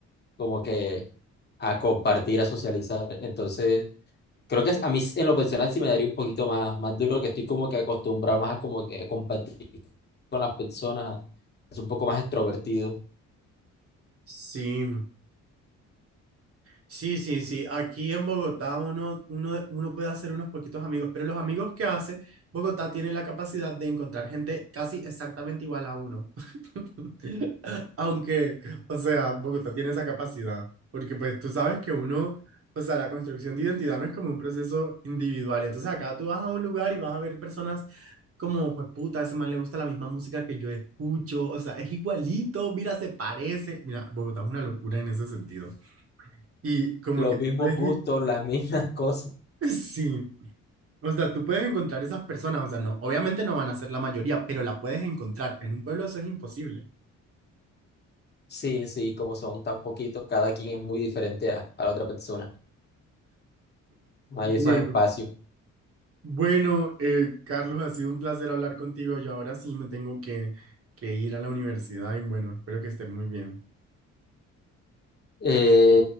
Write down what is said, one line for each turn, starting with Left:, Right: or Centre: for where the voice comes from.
Left: como que a compartir, a socializar. Entonces, creo que a mí en lo personal sí me daría un poquito más, más duro, que estoy como que acostumbrado más a como que compartir con las personas, es un poco más extrovertido.
Right: Sí. Sí, sí, sí. Aquí en Bogotá uno, uno, uno puede hacer unos poquitos amigos, pero los amigos que hace, Bogotá tiene la capacidad de encontrar gente casi exactamente igual a uno. <laughs> Aunque, o sea, Bogotá tiene esa capacidad, porque pues tú sabes que uno, o sea, la construcción de identidad no es como un proceso individual. Entonces acá tú vas a un lugar y vas a ver personas como, pues puta, a ese man le gusta la misma música que yo escucho, o sea, es igualito, mira, se parece. Mira, Bogotá es una locura en ese sentido. Y como
Left: los
Right: que tú
Left: mismos
Right: puedes
Left: gustos,
Right: ir,
Left: las mismas <laughs> cosas.
Right: <laughs> sí, o sea, tú puedes encontrar esas personas, o sea, no, obviamente no van a ser la mayoría, pero la puedes encontrar. En un pueblo eso es imposible. <clears throat> <laughs>
Left: Sí, sí, como son tan poquitos, cada quien es muy diferente a, a la otra persona. No hay esos
Right: Bueno,
Left: espacios.
Right: bueno, eh, Carlos, ha sido un placer hablar contigo. Yo ahora sí me tengo que, que ir a la universidad y bueno, espero que estés muy bien.
Left: Eh,